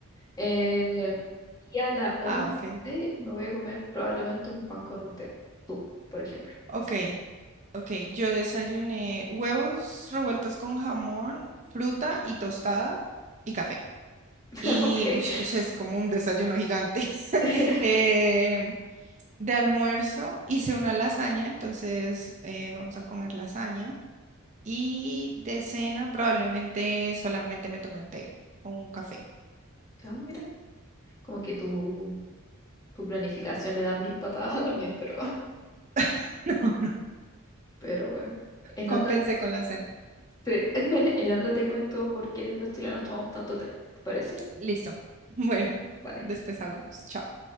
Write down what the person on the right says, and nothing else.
Ah, ok.
Ok,
ok. Yo desayuné huevos revueltos con jamón, fruta y tostada y café.
Y
ush, ese es como un desayuno gigante. <laughs>
Em, De almuerzo hice una lasaña, entonces eh, vamos a comer lasaña. Y de cena probablemente solamente me tomé un té o un café.
<laughs> No, no,
compensé
con la cena.
Listo. Bueno,
después hablamos. Chao.